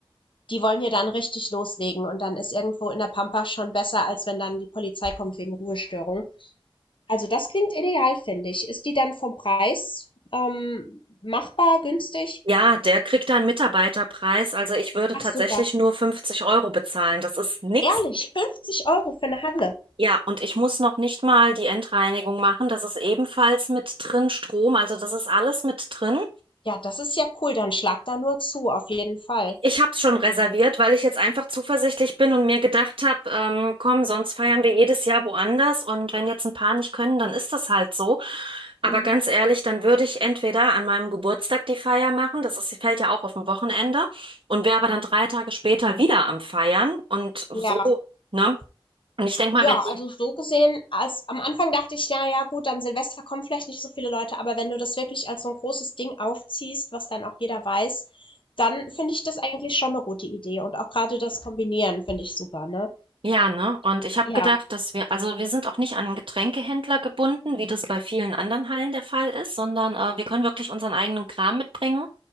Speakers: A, on the left; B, on the right.
A: die wollen ja dann richtig loslegen und dann ist irgendwo in der Pampa schon besser, als wenn dann die Polizei kommt wegen Ruhestörung. Also das klingt ideal, finde ich. Ist die dann vom Preis, ähm, machbar, günstig?
B: Ja, der kriegt da einen Mitarbeiterpreis. Also ich würde
A: Ach
B: tatsächlich
A: super.
B: nur 50 Euro bezahlen. Das ist nix,
A: Ehrlich, 50 Euro für eine Halle.
B: Ja, und ich muss noch nicht mal die Endreinigung machen. Das ist ebenfalls mit drin, Strom. Also das ist alles mit drin.
A: Ja, das ist ja cool, dann schlag da nur zu, auf jeden Fall.
B: Ich habe es schon reserviert, weil ich jetzt einfach zuversichtlich bin und mir gedacht habe, ähm, komm, sonst feiern wir jedes Jahr woanders. Und wenn jetzt ein paar nicht können, dann ist das halt so. Aber
A: Mhm.
B: ganz ehrlich, dann würde ich entweder an meinem Geburtstag die Feier machen. Das ist, fällt ja auch auf ein Wochenende. Und wäre aber dann drei Tage später wieder am Feiern. Und so,
A: Ja.
B: ne? Und ich denke mal,
A: Ja,
B: wenn
A: also
B: die
A: so gesehen als am Anfang dachte ich: „Ja, ja gut, an Silvester kommen vielleicht nicht so viele Leute“, aber wenn du das wirklich als so ein großes Ding aufziehst, was dann auch jeder weiß, dann finde ich das eigentlich schon eine gute Idee und auch gerade das Kombinieren finde ich super, ne?
B: Ja, ne? Und ich habe
A: Ja.
B: gedacht, dass wir, also wir sind auch nicht an einen Getränkehändler gebunden, wie das bei vielen anderen Hallen der Fall ist, sondern äh, wir können wirklich unseren eigenen Kram mitbringen.